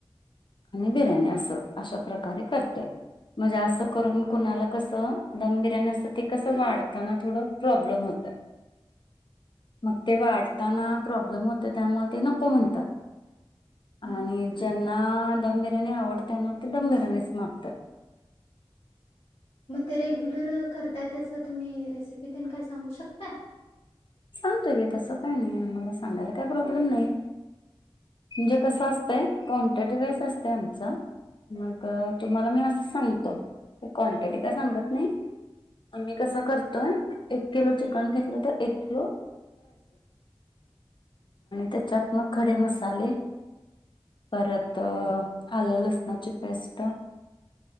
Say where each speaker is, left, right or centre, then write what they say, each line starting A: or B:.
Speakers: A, on the left; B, on the left.
A: आणि बिर्याणी अस अशा प्रकारे करते म्हणजे असं करून कुणाला कस ब्या कस वाढताना थोड प्रॉब्लेम होत मग ते वाढताना प्रॉब्लेम होते त्यामुळे ते नको म्हणतात
B: हां
A: आणि
B: हां.
A: ज्यांना दम बिर्याणी आवडतना ते दम बिर्याणीच मागतात
B: मग ते रेग्युलर करताय त्याचं तुम्ही रेसिपीत काय सांगू शकताय
A: सांगतोय का तसं काय नाही मला सांगायला काही प्रॉब्लेम नाही म्हणजे कसं असतय कोणत्या डिवाईस असत आमचं मग तुम्हाला मी असं सांगतो ते क्वांटिटी काय सांगत नाही आम्ही कसं करतोय एक किलो चिकन घेत ो त्या चाले परत आलं लसणाची पेस्ट